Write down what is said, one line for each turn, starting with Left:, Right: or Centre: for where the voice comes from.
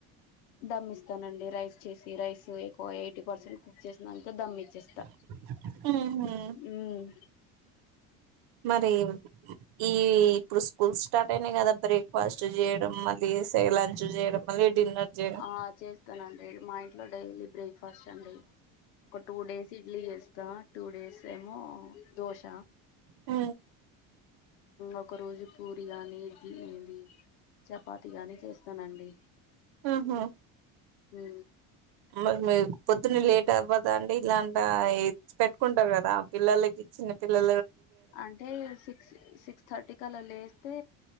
Left: దమ్మిస్తానండి రైస్ చేసి రైస్ ఎక్కువ ఎయిటీ పర్సెంట్ కుక్ చేసినంక దమ్ ఇచ్చేస్తా
Right: ఉహు
Left: మ్మ్
Right: మరి ఈ ఇప్పుడు స్కూల్ స్టార్ట్ అయినాయి కదా బ్రేక్ఫాస్ట్ చేయడం మళ్ళి సె లంచ్ చేయడం మళ్ళీ డిన్నర్ చేయడం
Left: ఆ చేస్తానండి మా ఇంట్లో డైలీ బ్రేక్ఫాస్ట్ అండి ఒక టూ డేస్ ఇడ్లీ చేస్తా టూ డేస్ ఏమో దోశ
Right: ఊ
Left: ఒక రోజు పూరి గాని జి ఇది చపాతి గానీ చేస్తానండి
Right: ఆహా
Left: మ్
Right: మరి మీ పొద్దున్న లేట్ అవ్వదా అండి ఇలాంటి పెట్టుకుంటారు కదా పిల్లలకిచ్చిన పిలో
Left: అంటే సిక్స్ సిక్స్ థర్టీకి అలా లేస్తే